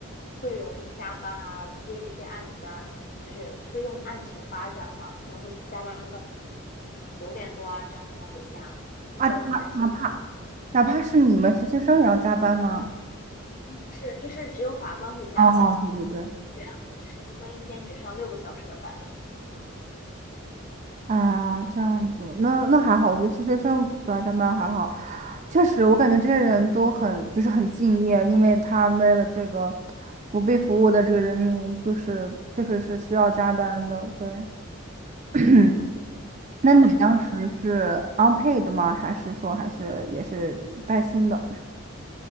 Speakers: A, on the left; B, on the right.
A: 会容易加班啊，为这些案子啊，就是推动案情发展嘛，可能会加班到九点多啊，这样才能回家，我觉得还蛮辛苦。
B: 啊，哪哪怕哪怕是你们实习生也要加班吗？
A: 嗯，不是，就是只有法官会加班。
B: 哦，对对对。
A: 员和实习生一天只上六个小时的班，
B: 啊，这样子，那那还好，我觉得实习生不来加班还好。确实，我感觉这些人都很就是很敬业，因为他为了这个不被服务的这个人民，就是确实是需要加班的。对，<clears throat>
A: 嗯，
B: 那你当时是
A: 这样认为的。
B: unpaid 吗？还是说还是也是带薪的？